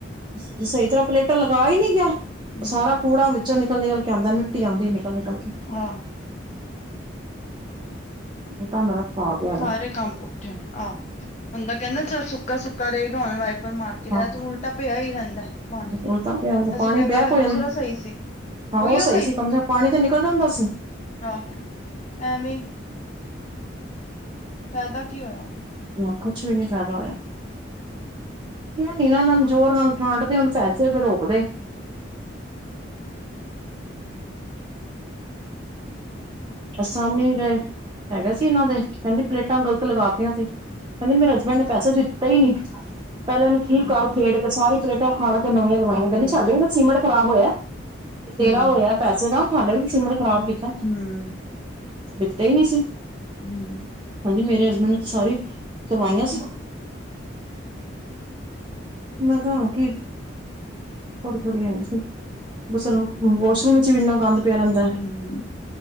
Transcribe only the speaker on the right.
ਸਹੀ ਤਰਾਂ, ਪਲੇਟਾ ਲਗਾ ਹੀ ਨੀ ਗਿਆ।
ਸਾਰਾ ਕੂੜਾ ਵਿਚੋਂ ਨਿਕਲ- ਨਿਕਲ ਕੇ ਆਉਦਾ ਏ। ਮਿੱਟੀ ਆਦੀ ਨਿਕਲ- ਨਿਕਲ ਕੇ
ਇਡਾ ਨਰਕ, ਪਾ ਗਏ।
ਹਾਂ
ਉਲਟਾ ਪਿਆ
ਪਾਣੀ
ਬੈਕ
ਹੋ ਜਾਂਦੀ
ਹਾਂ, ਉਹ
ਸਹੀ ਸੀ। ਕਮ ਸੇ ਕਮ ਪਾਣੀ ਤੇ ਨਿਕਲ ਜਾਦਾ ਸੀ।
ਹ, ਕੁੱਛ ਵੀ ਨੀ, ਫਾਇਦਾ ਹੋਇਆ। ਕਿਹਾ ਨੀ ਇਹਨਾਂ ਨੂੰ, ਜ਼ੋਰ ਨਾਲ, ਡਾਂਟ ਦੇ, ਹੁਣ ਪੈਸੇ ਤੇ ਰੋਕਦੇ ਅਸਾਮੀ ਦੇ। ਹੈਗੇ ਸੀ ਇਹਨਾਂ ਦੇ, ਕਹਿਦੀ ਪਲੇਟਾਂ, ਗਲਤ ਲਗਾ ਤੀਆਂ ਸੀ। ਕਹਿਦੀ ਮੇਰੇ, ਹਸਬੈਂਡ ਨੇ ਪੈਸੇ, ਦਿਤੇ ਹੀ ਨੀ। ਪਹਿਲਾਂ ਇਹਨੂੰ, ਠੀਕ
ਕਰ ਉਖੇਡ ਕੇ, ਸਾਰੀ ਪਲੇਟਾਂ ਉਖਾੜ ਕੇ, ਨਵੀਆਂ ਲਵਾਈਆਂ।
ਕਹਿਦੀ ਸਾਡੇ ਵੀ ਤਾਂ, ਸੀਮਟ ਖਰਾਬ ਹੋਇਆ। ਤੇਰਾ
ਹੋਇਆ ਪੈਸੇ ਦਾ, ਸਾਡਾ ਵੀ ਸੀਮਟ ਖਰਾਬ ਕੀਤਾ।
ਦਿਤੇ ਹੀ, ਨਹੀ ਸੀ।
ਹਾਂਜੀ, ਮੇਰੇ ਹਸਬੈਂਡ ਨੇ ਤਾਂ, ਸਾਰੀ ਉਤਰਵਾਈਆਂ ਸੀ। ਮੈ ਕਿਹਾ, ਹੁਣ ਕੀ- ਥੋੜੀ ਥੋੜੀਆਂ ਆਈਆਂ ਸੀ। ਗਸਲ, ਵਾਸ਼ਰੂਮ ਚ ਵੀ ਇਨਾ ਗੰਦ ਪਿਆ ਰਹਿੰਦਾ
ਏ।